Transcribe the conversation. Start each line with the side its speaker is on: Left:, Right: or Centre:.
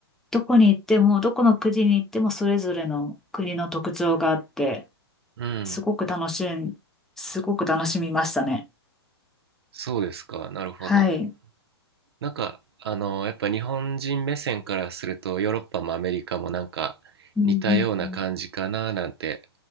Centre: どこに行っても、どこの国に行ってもそれぞれの国の特徴があって、
Right: うん。
Centre: すごく楽しん、すごく楽しみましたね。
Right: そうですか。なるほど。
Centre: はい。
Right: なんか、あの、やっぱ日本人目線からすると、ヨーロッパもアメリカもなんか似たような感じかななんて
Centre: うんうんうん